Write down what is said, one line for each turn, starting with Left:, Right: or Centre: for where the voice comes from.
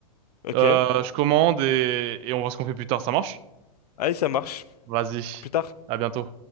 Left: Ok.
Right: Euh, je commande et, et on voit ce qu'on fait plus tard, ça marche?
Left: Allez, ça marche.
Right: Vas-y,
Left: À Plus tard.
Right: à bientôt.